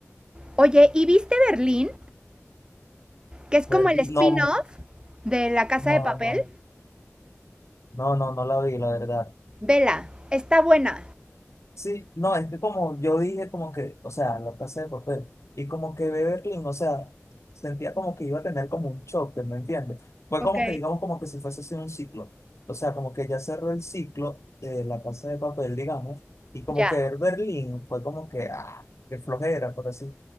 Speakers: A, on the right (about 15°); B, on the left (about 65°).
A: Oye, ¿y viste Berlín? Que es
B: Pero
A: como el spin-off
B: no,
A: de La Casa
B: no,
A: de Papel.
B: no, no, no, no la vi, la verdad.
A: Vela, está buena.
B: Sí, no, es que como yo dije, como que, o sea, la casa de papel, y como que Clean, o sea, sentía como que iba a tener como un choque, ¿me entiendes? Fue
A: Ok.
B: como que, digamos, como que si fuese así un ciclo, o sea, como que ya cerró el ciclo de la casa de papel, digamos, y como
A: Ya,
B: que Berlín fue como que, ah, qué flojera, por así.